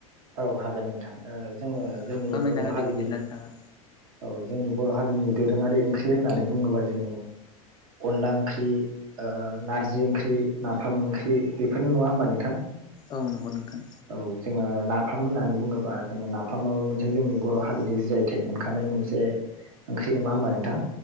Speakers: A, on the right; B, on the left.
A: औ हागोन नोंथां। ओ जोङो
B: ओ
A: जोंनि
B: फोरमायना
A: बर'
B: होदो
A: हारिनि
B: बिदिब्ला नोंथाङा
A: औ जोंनि बर' हारिनि दोरोङारि ओंख्रि होननानै बुङोबा जोङो अनला ओंख्रि ओ नारजि ओंख्रि, नाफाम ओंख्रि बेफोरनो नङा होमबा नोंथां?
B: औ नंगौ नोंथां।
A: औ जोङो नाफाम होननानै बुङोबा जोङो नाफामाबो मोनसे जोंनि बर' हारिनि जि आइ टेक मोनखानाय मोनसे ओंख्रि नङा होमबा नोंथां।